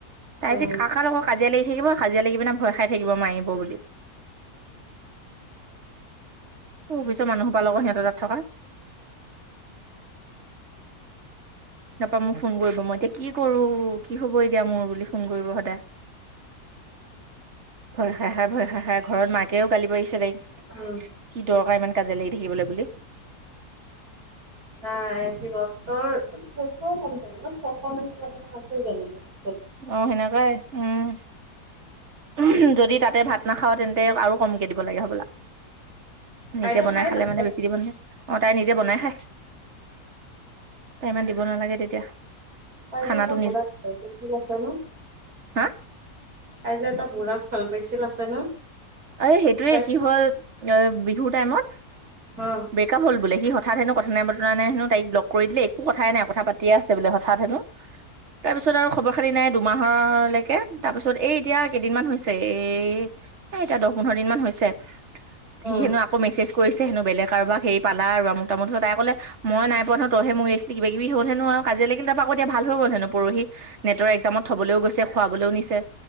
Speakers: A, on the right (about 45°); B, on the right (about 65°).
A: তাই
B: উম।
A: যে কাৰ কাৰ লগত কাজিয়া লাগি থাকিব। কাজিয়া লাগি পিনাই ভয় খাই থাকিব মাৰিব বুলি। অফিচৰ মানুহসোপাৰ লগত সিহঁতৰ তাত থকা। তাপা মোক ফোন কৰিব। মই এতিয়া কি কৰোঁ, কি হ'ব এতিয়া মোৰ বুলি ফোন কৰিব সদায়। ভয় খাই খাই, ভয় খাই খাই ঘৰত মাকেও গালি পাৰিছে তাইক।
B: উম।
A: কি দৰকাৰ ইমান কাজিয়া লাগি থাকিবলে বুলি।
B: নাই সিহঁতৰ পইচাও কম চাগে ন'? ছশ মান কিবা টকা আছিল চাগে পইচা?
A: অঁ, সেনেকুৱাই, উম। উমহ্, যদি তাতে ভাত নাখাৱ তেন্তে আৰু কমকে দিব লাগে হ'বলা?
B: তাইতো
A: নিজে বনাই
B: খাই
A: খালে
B: থাকে।
A: মানে বেছি দিব নালাগে। অঁ, তাই নিজে বনাই খায়। তাই ইমান দিব নালাগে তেতিয়া।
B: তাই
A: খানাটো
B: যে এটা বুঢ়াক ভাল পাইছিল আছে ন '?
A: হাঁ?
B: তাই যে এটা বুঢ়াক ভাল পাইছিল আছে ন'?
A: অ এই সেইটোৱে
B: তাইক
A: কি হ'ল? অঁ, বিহুৰ টাইমত
B: অঁ।
A: ব্ৰেক আপ হ'ল বোলে। সি হঠাৎ হেনো কথা নাই-বতৰা নাই হেনো তাইক ব্লক কৰি দিলে। একো কথা পাত্ তিয়ে আছে বোলে। হঠাৎ হেনো তাৰপিছত আৰু খবৰ-খাতি নাই দুমাহৰলৈকে তাৰপিছত এই এতিয়া কেইদিনমান হৈছে এ এ এতিয়া দহ, পোন্ধৰ দিন মান হৈছে। সি
B: অ
A: হেনো আক্ আকৌ মেছেজ কৰিছে হেনো। বেলেগ কাৰোবাক হেৰি পালা আৰু আমোক-তামোক তাৰপিছত তাই ক'লে মই নাই পোৱা নহয় তইহে মোক এৰিছিলি। কিবা-কিবি হ'ল হেনো আৰু কাজিয়া লাগিল। তাৰপৰা আকৌ এতিয়া ভাল হৈ গ'ল হেনো পৰহি নেটৰ এক্সামত থ'বলৈও গৈছে, খোৱাবলৈও নিছে